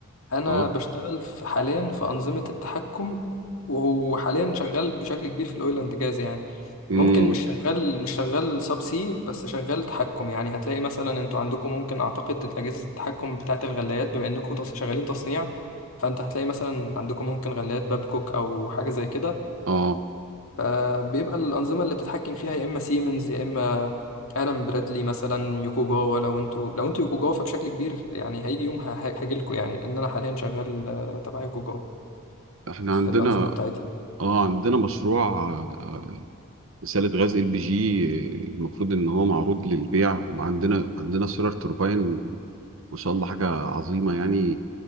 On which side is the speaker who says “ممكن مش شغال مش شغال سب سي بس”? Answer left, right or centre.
Left